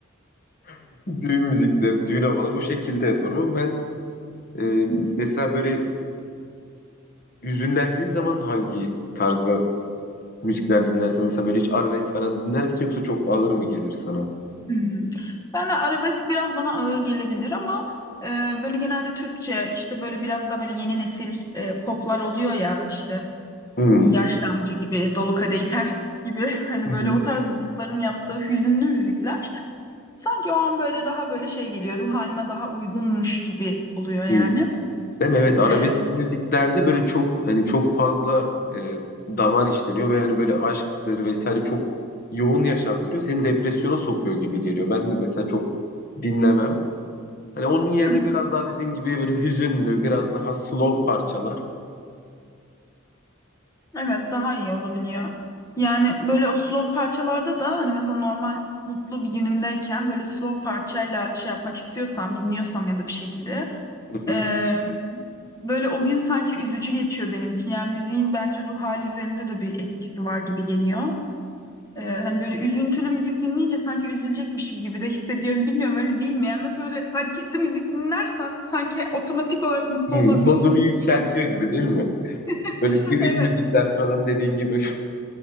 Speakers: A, on the left; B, on the left.
A: <laughs> düğün müzikleri, düğün havaları o şekilde yapıyorum ama ben e,
B: Hı hı.
A: mesela böyle hüzünlendiğin zaman hangi tarzda müzikler dinlersin? Mesela böyle hiç arabesk falan dinler misin yoksa çok ağır mı gelir sana?
B: Hmm. Yani arabesk biraz bana ağır gelebilir ama e, böyle genelde Türkçe işte böyle biraz daha böyle yeni nesil e, poplar oluyor ya işte.
A: Hmm.
B: Yaşlı amca gibi, dolu kadehi ters gibi <laughs> hani
A: Hı
B: böyle
A: hı.
B: o tarz grupların yaptığı hüzünlü müzikler sanki o an böyle daha böyle şey geliyor ruh halime daha uygunmuş gibi oluyor yani.
A: Hmm. Değil mi? Evet arabesk
B: Ee,
A: müziklerde böyle çok hani çok fazla e, damar işleniyor ve hani böyle aşktır vesaire çok yoğun yaşattırıyor. Seni depresyona sokuyor gibi geliyor. Ben de mesela çok dinlemem. Hani onun yerine
B: hı hı,
A: biraz daha dediğin gibi böyle hüzünlü, biraz daha slow parçalar.
B: evet daha iyi olabiliyor. Yani böyle o slow parçalarda da hani mesela normal mutlu bir günümdeyken böyle slow parçayla şey yapmak istiyorsam dinliyorsam ya da bir şekilde
A: Hı hı.
B: ee, böyle o gün sanki üzücü geçiyor benim için. Yani müziğin bence ruh hali üzerinde de bir etkisi var gibi geliyor. Ee, hani böyle üzüntülü müzik dinleyince sanki üzülecekmişim gibi de hissediyorum. Bilmiyorum öyle değil mi? Yani mesela öyle hareketli müzik dinlersen sanki otomatik olarak mutlu
A: Hı,
B: olurmuşsun
A: Modunu yükseltiyor
B: gibi.
A: gibi değil mi?
B: <laughs>
A: Böyle drill
B: Evet.
A: müzikler falan dediğin gibi.